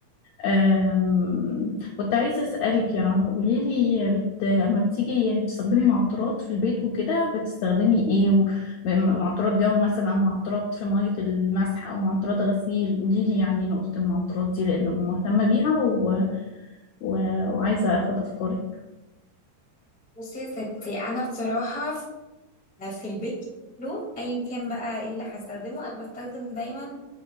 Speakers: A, on the left (about 80°); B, in the centre.
A: أم... كنت عايزة أسألك يا رنا قولي لي بت... لما بتيجي يعني بتستخدمي معطرات في البيت وكده بتستخدمي إيه و... م- معطرات جو مثلا أو معطرات في مية المسح أو معطرات غسيل قولي لي يعني نقطة المعطرات دي لأنه مهتمة بيها و... و... وعايزة أخد أفكارك
B: بصي يا ستي انا بصراحه في في البيت كله ايا كان بقى ايه اللي هستخدمه انا بستخدم دايما